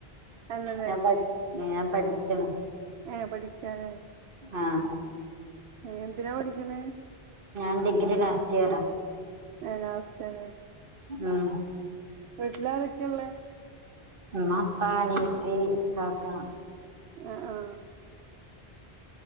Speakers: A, on the right; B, on the right.
A: നല്ലല്ലേ
B: ഞാൻ പടി ല്ല ഞാൻ പഠിക്കാണ്
A: ഏഹ് പടിക്കാലേ
B: ആഹ്
A: ഏഹ് എന്തിനാ പഠിക്ക്ണെ
B: ഞാൻ ഡിഗ്രി ലാസ്റ്റ് ഇയറ
A: ഏഹ് ലാസ്റ്റലേ
B: ഉം
A: വീട്ടിലാരക്കെ ള്ളെ
B: ഉമ്മ ഉപ്പ അനിയത്തി ഇക്കാക്ക
A: ആഹ് ആഹ്